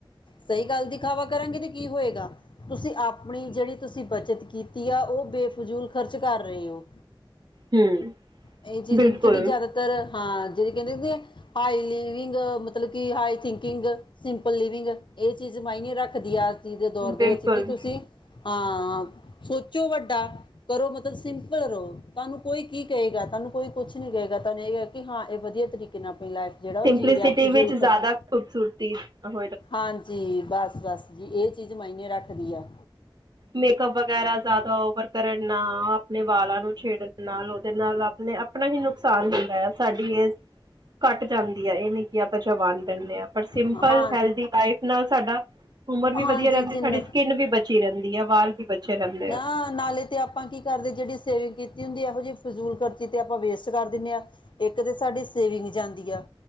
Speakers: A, on the left; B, on the right.
A: ਸਹੀ ਗੱਲ ਦਿਖਾਵਾ ਕਰਾਂਗੇ ਤੇ ਕੀ ਹੋਏਗਾ। ਤੁਸੀਂ ਆਪਣੀ ਜਿਹੜੀ ਤੁਸੀਂ ਬੱਚਤ ਕੀਤੀ ਆ, ਉਹ ਬੇਫਜ਼ੂਲ ਖਰਚ ਕਰ ਰਹੇ ਹੋ।
B: ਹਮ
A: ਇਹ ਚੀਜ਼
B: ਬਿਲਕੁਲ
A: ਜਿਹੜੀ ਜ਼ਿਆਦਾਤਰ ਹਾਂ, ਜਿਹੜੀ ਕਹਿੰਦੇ ਹੁੰਦੇ ਐ ਹਾਈ ਲਿਵਿੰਗ ਮਤਲਬ ਕਿ ਹਾਈ ਥਿੰਕਿੰਗ ਸਿੰਪਲ ਲਿਵਿੰਗ। ਇਹ ਚੀਜ਼ ਮਾਇਨੇ ਰੱਖਦੀ ਆ, ਅੱਜ ਚੀ ਦੇ ਦੌਰ
B: ਬਿਲਕੁਲ
A: ਦੇ ਵਿੱਚ ਕਿ ਤੁਸੀਂ। ਹਾਂ ਸੋਚੋ ਵੱਡਾ ਕਰੋ, ਮਤਲਬ ਸਿੰਪਲ ਰਹੋ। ਤੁਹਾਨੂੰ ਕੋਈ ਕੀ ਕਹੇਗਾ, ਤੁਹਾਨੂੰ ਕੋਈ ਕੁਛ ਨੀ ਕਹੇਗਾ ਤੁਹਾਨੂੰ ਇਹ ਕ ਕਿ ਹਾਂ ਇਹ ਵਧੀਆ, ਤਰੀਕੇ ਨਾਲ ਆਪਣੀ ਲਾਈਫ। ਜਿਹੜਾ ਉਹ
B: ਸਿੰਪਲੀਸਿਟੀ
A: ਜੀ ਰਿਆ ਫਜੂਲ
B: ਵਿੱਚ ਜ਼ਿਆਦਾ
A: ਖਰਚ।
B: ਖੂਬਸੂਰਤੀ ਔਫ
A: ਹਾਂਜੀ ਬਸ -ਬਸ, ਜੀ ਇਹ ਚੀਜ਼ ਮਾਇਨੇ ਰੱਖਦੀ ਆ।
B: ਮੇਕਅਪ ਵਗੈਰਾ, ਜ਼ਿਆਦਾ ਓਵਰ। ਕਰਨ ਨਾਲ ਆਪਣੇ ਵਾਲਾਂ ਨੂੰ ਛੇੜਨ ਨਾਲ, ਉਹਦੇ ਨਾਲ ਆਪਣੇ -ਆਪਣਾ ਹੀ ਨੁਕਸਾਨ ਹੁੰਦਾ ਆ। ਸਾਡੀ ਏਜ ਘੱਟ ਜਾਂਦੀ ਹੈ, ਇਹ ਨੀ ਕਿ ਆਪਾਂ ਜਵਾਨ ਰਹਿਨੇ ਆਂ ਪਰ ਸਿੰਪਲ
A: ਹਾਂ
B: ਹੈਲਦੀ ਲਾਈਫ ਨਾਲ ਸਾਡਾ ਹੁਮਰ ਵੀ
A: ਹਾਂਜੀ
B: ਵਧੀਆ ਰਹਿੰਦੀ
A: ਜਿੰਨਾ
B: ਸਾਡੀ ਸਕਿੰਨ ਵੀ <unintelligible> ਵਾਲ ਵੀ ਬੱਛੇ ਰਹਿੰਦੇ ਆ।
A: ਤਾਂ ਨਾਲੇ 'ਤੇ ਆਪਾਂ ਕੀ ਕਰਦੇ ਜਿਹੜੀ ਸੇਵਿੰਗ ਕੀਤੀ ਹੁੰਦੀ ਆ ਇਹੋ ਜਿਹੀ ਫਜ਼ੂਲ ਕਰਚੀ 'ਤੇ ਆਪਾਂ ਵੇਸਟ ਕਰ ਦਿੰਨੇ ਆ। ਇੱਕ 'ਤੇ ਸਾਡੀ ਸੇਵਿੰਗ ਜਾਂਦੀ ਆ